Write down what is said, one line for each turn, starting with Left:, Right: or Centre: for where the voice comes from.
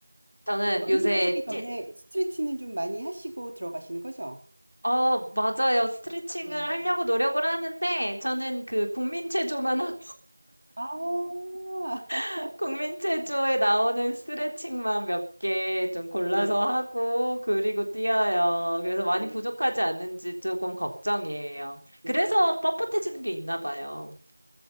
Left: 저는
Right: 뭐 러닝
Left: 요새
Right: 하시기 전에
Left: 찌,
Right: 스트레치는 좀 많이 하시고 들어가시는 거죠?
Left: 어, 맞아요. 스트레칭을
Right: 네.
Left: 하려고 노력을 하는데, 저는 그 국민체조만, 하-
Right: 아, <laughs>
Left: <laughs> 국민체조에 나오는 스트레칭만 몇 개 좀 골라서
Right: 네,
Left: 하고, 그리고 뛰어요. 그래서 많이
Right: 네,
Left: 부족하지 않는지 조금 걱정이에요.
Right: 네.
Left: 그래서 뻣뻣해지는 게 있나 봐요.